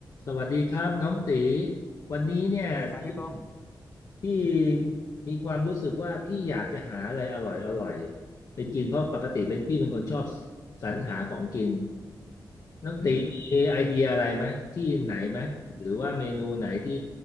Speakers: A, on the left; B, on the left.
A: สวัสดีครับน้องตีวันนี้เนี่ยพี่
B: สวัสดีครับพี่ป้อง
A: พี่มีความรู้สึกว่าพี่อยากจะหาอะไรอร่อยอร่อยไปกินเพราะปกติเป็นพี่เป็นคนชอบสรรหาของกินน้องตีมีไอเดียอะไรไหมที่ไหนไหมหรือว่าเมนูไหนที่
B: อืม